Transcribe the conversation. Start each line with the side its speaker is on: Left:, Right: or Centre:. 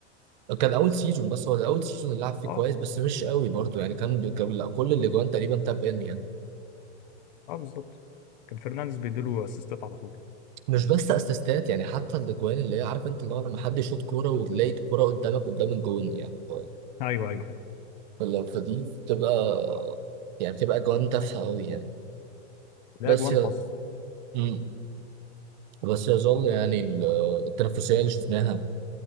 Right: كان اول سيزون بس هو ده اول سيزون اللي لعب فيه
Left: أه
Right: كويس بس مش قوي برضه يعني كان بي- كان- لا، كل الاجوان تقريبا تاب ان يعني
Left: أه بالظبط كان فرنانديز بيديله أسيستات على طول
Right: مش بس اسيستات يعني حتى الاجوان اللي هي عارف انت اللي هو لما حد يشوط كوره وتلاقي الكوره قدامك قدام الجون يعني ف-
Left: أيوه أيوه
Right: فلو فدي بتبقى يعني بتبقى اجوان تافهه قوي يعني
Left: لا
Right: بس
Left: أجوان
Right: ي...
Left: حظ
Right: مم. بس يظل يعني ال- التنافسيه اللي شفناها